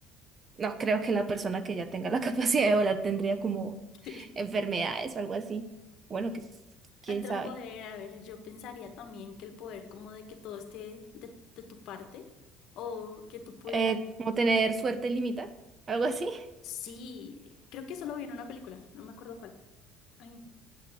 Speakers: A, on the right; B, on the left.
A: no creo que la persona que ya tenga la <laughs> capacidad de volar tendría como
B: Sí.
A: enfermedades o algo así. Bueno, que s- quién
B: Otro
A: sabe.
B: poder, a ver, yo pensaría también que el poder como de que todo esté de, de tu parte o que tú pudieras...
A: eh, como tener suerte limita, algo así. <laughs>
B: Sí, creo que eso lo vi en una película, no me acuerdo cuál. Ay,